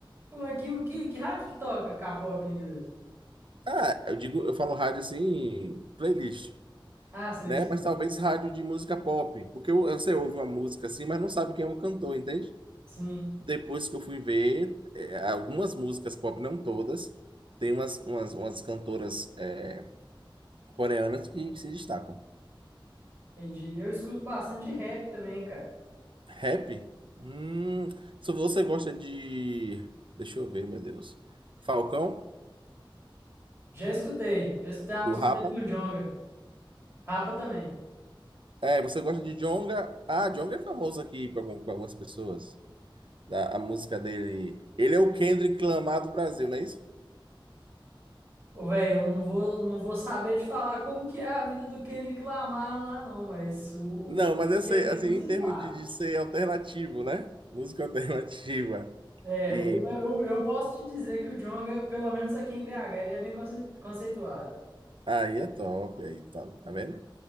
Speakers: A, on the right (about 25°); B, on the right (about 70°).
A: Pô, mas que, que, que rádio que toca K-pop em inglês?
B: Ah, eu digo, eu falo rádio assim, playlist,
A: Ah, sei,
B: né?
A: sei.
B: Mas talvez rádio de música pop, porque eu- você ouve uma música assim, mas não sabe quem é o cantor, entende?
A: Sim,
B: Depois que eu fui ver, eh, algumas músicas pop, não todas, tem umas, umas, umas cantoras. é, coreanas que se destacam.
A: entendi. Eu escuto bastante rap também, cara.
B: Rap? Hum, se você gosta de. Deixa eu ver, meu Deus. Falcão,
A: Já escutei. Já escutei a música
B: do Rapa.
A: dele com o Djonga. Rapa também.
B: É, você gosta de Djonga? Ah, Djonga é famoso aqui para algumas pessoas. Da- A, música dele. Ele é o Kendrick Lamar do Brasil, não é isso?
A: Ô, velho, eu não vou, não vou saber te falar como que é a vida do Kendrick Lamar lá, não, mas o,
B: Não,
A: o-
B: mas eu sei,
A: é bem
B: assim,
A: conceituado.
B: em termos de, de ser alternativo, né? Música alternativa.
A: É,
B: E
A: o- eu, eu posso te dizer que o Djonga, pelo menos aqui em BH, ele é bem conce- conceituado.
B: aí é top, aí top, tá vendo?